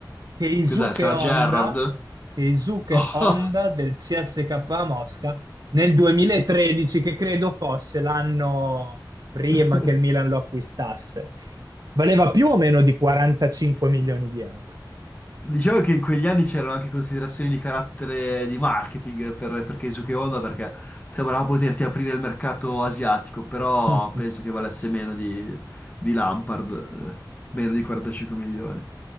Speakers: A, on the right; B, on the left.
A: Keisuke
B: Cos'è? Sarà
A: Honda,
B: Gerrard?
A: Keisuke
B: <laughs>
A: Honda del CSKA Mosca nel 2013, che credo fosse l'anno prima
B: Oh.
A: che il Milan lo acquistasse. Valeva più o meno di 45 milioni di euro.
B: Diciamo che in quegli anni c'erano anche considerazioni di carattere di marketing per, per Keisuke Honda perché sembrava poterti aprire il mercato asiatico, però
A: <laughs>
B: penso che valesse meno di, di Lampard, eh, meno di 45 milioni.